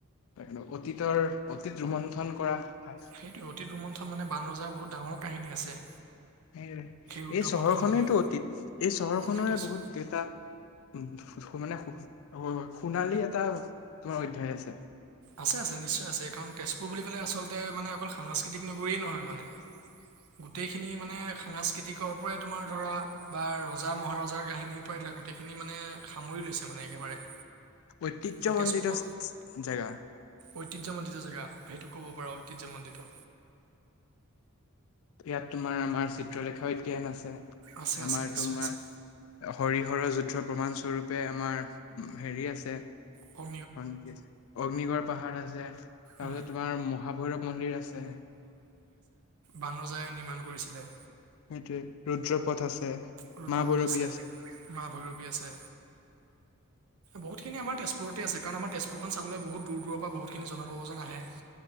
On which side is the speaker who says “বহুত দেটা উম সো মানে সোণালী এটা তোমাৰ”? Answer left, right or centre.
Left